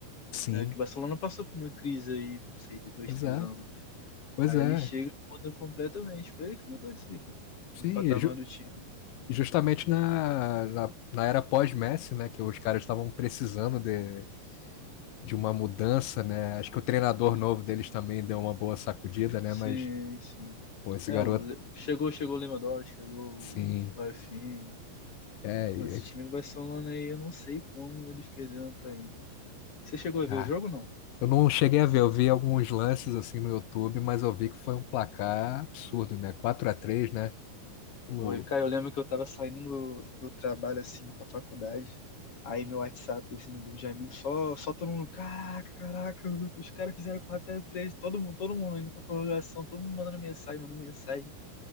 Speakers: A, on the left (about 75°); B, on the left (about 35°).
A: Sim,
B: né, que o Barcelona passou por uma crise aí, não sei, de dois,
A: exato.
B: três anos.
A: Pois
B: Aí
A: é.
B: ele chega e muda completamente. Foi ele que mudou isso aí, cara.
A: Sim,
B: O patamar
A: e ju-
B: do time.
A: justamente na, na, na era pós-Messi, né? Que os caras estavam precisando de, de uma mudança, né? Acho que o treinador
B: Não,
A: novo
B: não.
A: deles também deu uma boa sacudida, né?
B: Sim,
A: Mas,
B: sim.
A: pô, esse
B: É,
A: garoto,
B: o, Le- chegou, chegou o Lewandowski, chegou
A: sim.
B: o Rafinha.
A: É,
B: Mano, esse
A: é,
B: time do Barcelona aí, eu não sei como eles perderam pra Inter. cara. Você chegou a
A: cara.
B: ver o jogo, não?
A: Eu não cheguei a ver, eu vi alguns lances assim no YouTube, mas eu vi que foi um placar absurdo, né? 4 a 3, né? O,
B: Foi, cara, eu lembro que eu tava saindo do, do trabalho, assim, pra faculdade, aí meu WhatsApp, assim, no grupo de amigos, só, só todo mundo, caraca, caraca, os caras fizeram quatro a três, todo mundo, todo mundo indo pra prorrogação, todo mundo mandando mensagem, mandando mensagem.